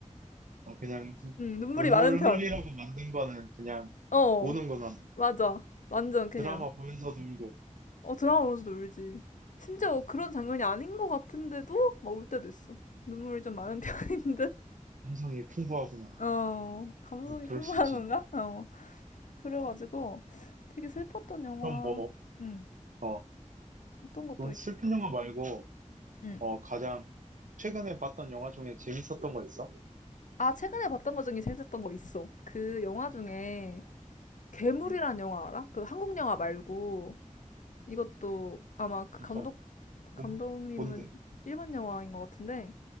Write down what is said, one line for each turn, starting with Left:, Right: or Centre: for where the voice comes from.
Right: 어, 그냥,
Left: 음, 눈물이
Right: 눈물을
Left: 많은 편.
Right: 흘리라고 만든 거는 그냥
Left: 어,
Right: 우는구나.
Left: 맞아. 완전 그냥.
Right: 드라마 보면서도 울고,
Left: 어, 드라마 보면서도 울지. 심지어 그런 장면이 아닌 것 같은데도 막 울 때도 있어. 눈물이 좀 많은 <laughs> 편인 듯?
Right: 감성이 풍부하구나.
Left: 어, 감성이
Right: 어, 그럴
Left: 풍부한
Right: 수 있지.
Left: 건가? 어. 그래가지고 되게 슬펐던 영화,
Right: 그럼 뭐,
Left: 음,
Right: 어,
Left: 어떤 것도
Right: 그럼
Left: 있,
Right: 슬픈 영화 말고,
Left: 음.
Right: 어, 가장, 최근에 봤던 영화 중에 재밌었던 거 있어?
Left: 아, 최근에 봤던 것 중에 재밌었던 거 있어. 그 영화 중에 괴물이란
Right: 음,
Left: 영화 알아? 그 한국 영화 말고 이것도 아마 그
Right: 잠깐만.
Left: 감독
Right: 뭔,
Left: 감독님은
Right: 뭔데?
Left: 일본 영화인 것 같은데